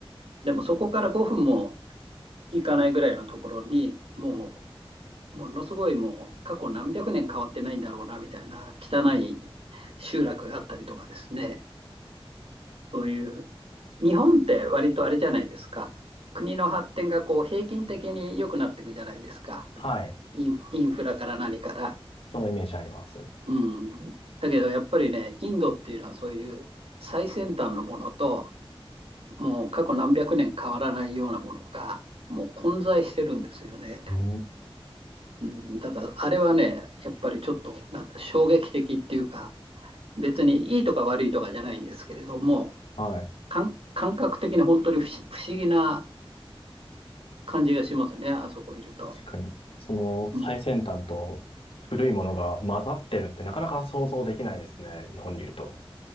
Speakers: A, on the right; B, on the left.
A: でもそこから5分も行かないぐらいのところに、もうものすごいもう過去何百年変わってないんだろうなみたいな汚い集落があったりとかですね、そういう日本って割とあれじゃないですか。国の発展がこう平均的に良くなっていくじゃないですか。
B: はい。
A: インインフラから何から。
B: そのイメージあります。
A: うん。だけどやっぱりね、インドっていうのはそういう最先端のものと、もう過去何百年変わらないようなものが、もう混在してるんですよね。
B: うん。
A: うん、だからあれはね、やっぱりちょっとなんか衝撃的っていうか、別にいいとか悪いとかじゃないんですけれども、
B: はい。
A: 感感覚的に本当に不思不思議な感じがしますね、あそこいると。
B: 確かに。その最先端と古いものが混ざってるってなかなか想像できないですね。
A: うん、
B: 日本にいると。